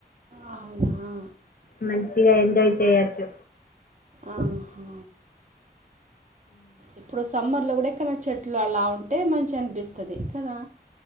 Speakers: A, on the right (about 45°); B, on the left (about 55°).
A: అవునా
B: మంచిగా ఎంజాయ్ చేయచ్చు.
A: ఆహా ఇప్పుడు సమ్మర్లో కూడా అడెక్కన చెట్లు అలా ఉంటే మంచిగ అనిపిస్తది కదా.